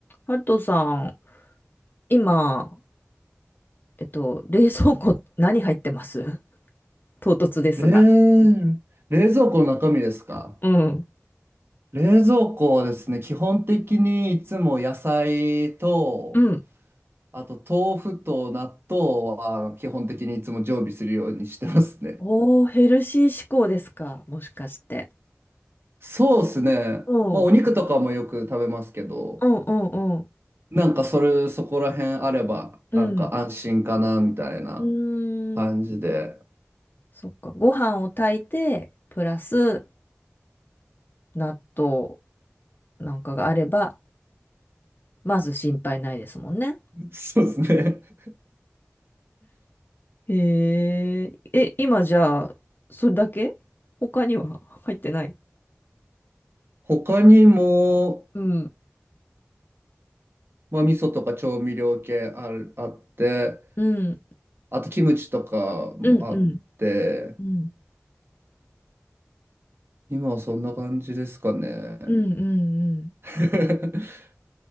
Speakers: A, on the left; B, on the right.
A: ハルトさん、今、えっと、冷蔵庫何入ってます <laughs> 唐突ですが。
B: 冷、冷蔵庫の中身ですか
A: うん。
B: 冷蔵庫はですね、基本的にいつも野菜と、
A: うん。
B: あと豆腐と納豆は基本的にいつも常備するようにしてますね。
A: おー、ヘルシー志向ですか、もしかして。
B: そうですね。
A: うん。
B: まあお肉とかもよく食べますけど、
A: うんうんうん。
B: なんかそれ、そこら辺あれば、
A: うん。
B: なんか安心かなみたいな
A: うーん。
B: 感じで。
A: そっか。ご飯を炊いて、プラス納豆なんかがあれば、まず心配ないですもんね。
B: そうですね。
A: へえ。え、今じゃあ、それだけ他には入ってない。
B: 他にも、
A: うん。
B: まあ味噌とか調味料系ある、あって、
A: うん。
B: あとキムチとかもあって、
A: うんうん。うん
B: 今はそんな感じですかね。
A: うんうんうん。
B: <laughs>